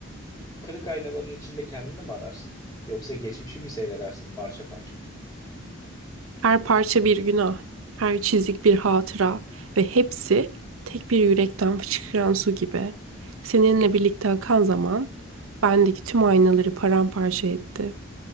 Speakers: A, on the left; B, on the right.
A: Kırık aynaların içinde kendini mi ararsın? Yoksa geçmişi mi seyredersin parça parça?
B: Her parça bir günah, her çizik bir hatıra ve hepsi tek bir yürekten fışkıran su gibi. Seninle birlikte akan zaman bendeki tüm aynaları paramparça etti.